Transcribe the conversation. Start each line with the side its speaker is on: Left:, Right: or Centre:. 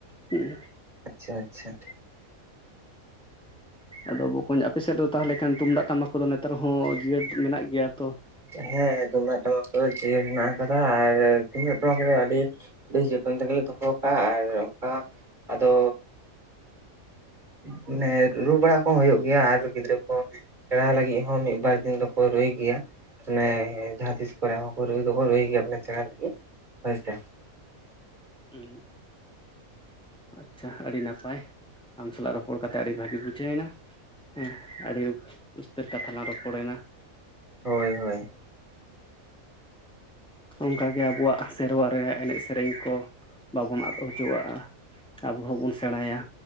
Centre: ᱦᱩᱸ᱾
Right: ᱟᱪᱪᱷᱟ ᱟᱪᱪᱷᱟ
Centre: ᱟᱫᱚ ᱵᱚᱠᱚᱧ ᱟᱯᱮᱮᱥᱮᱫ ᱫᱚ ᱛᱟᱦᱚᱞᱮ ᱠᱷᱟᱱ ᱛᱩᱢᱫᱟᱜ ᱴᱟᱢᱟᱠᱫᱚ ᱱᱮᱛᱟᱨ ᱦᱚᱸ ᱡᱤᱭᱟᱹᱲ ᱢᱮᱱᱟᱜ ᱜᱮᱭᱟ ᱛᱚ?
Right: ᱦᱮᱸ ᱛᱩᱢᱟᱜ ᱴᱟᱢᱟᱠ ᱠᱚᱫᱚ ᱡᱤᱭᱟ. ᱲ ᱦᱮᱱᱟᱜ ᱠᱟᱫᱟ ᱟᱨ ᱛᱩᱢᱫᱟᱜ ᱴᱟᱢᱟᱠ ᱫᱚ ᱟᱹᱰᱤ ᱵᱮᱥ ᱡᱚᱛᱚᱱ ᱛᱮᱜᱮᱞᱮ ᱫᱚᱦᱚ ᱠᱟᱜᱼᱟ ᱟᱨ ᱚᱱᱠᱟ ᱟᱫᱚ ᱢᱟᱱᱮ ᱨᱩ ᱵᱟᱲᱟ ᱠᱚᱦᱚᱸ ᱦᱩᱭᱩᱜ ᱜᱮᱭᱟ ᱟᱨ ᱜᱤᱫᱽᱨᱟᱹ ᱠᱚ ᱥᱮᱬᱟ ᱞᱟᱹᱜᱤᱫ ᱦᱚᱸ ᱢᱤᱫ ᱵᱟᱨ ᱫᱤᱱ ᱫᱚᱠᱚ ᱨᱩᱭ ᱜᱮᱭᱟ᱾ ᱢᱟᱱᱮ ᱡᱟᱦᱟᱸ ᱛᱤᱥ ᱠᱚᱨᱮ ᱦᱚᱸ ᱠᱚ ᱨᱩᱭ ᱫᱚᱠᱚ ᱨᱩᱭ ᱜᱮᱭᱟ ᱵᱚᱞᱮ ᱥᱮᱬ ᱞᱟᱹᱜᱤᱫ ᱦᱳᱭ ᱥᱮ᱾ <inaudible>
Centre: ᱦᱩᱸ ᱟᱪᱪᱷᱟ ᱟᱹᱰᱤ ᱱᱟᱯᱟᱭ ᱟᱢ ᱥᱟᱞᱟᱜ ᱨᱚᱯᱚᱲ ᱠᱟᱛᱮ ᱟᱹᱰᱤ ᱵᱷᱟᱜᱤ ᱵᱩᱡᱷᱟᱹᱣ ᱱᱟ᱾ ᱦᱮᱸ ᱟᱹᱰᱤ ᱩᱥᱛᱟᱹᱨ ᱠᱟᱛᱷᱟ ᱞᱟᱝ ᱨᱚᱯᱚᱲᱮᱱᱟ᱾
Right: ᱦᱳᱭ ᱦᱳᱭ
Centre: ᱚᱱᱠᱟᱜᱮ ᱟᱵᱚᱣᱟᱜ ᱥᱮᱨᱣᱟ ᱨᱮ ᱮᱱᱮᱡ ᱥᱮᱨᱮᱧ ᱠᱚ ᱵᱟᱵᱚᱱ ᱟᱫ ᱦᱚᱪᱚᱣᱟᱜᱼᱟ᱾ ᱟᱵᱚ ᱦᱚᱸᱵᱚᱱ ᱥᱮᱬᱟᱭᱟ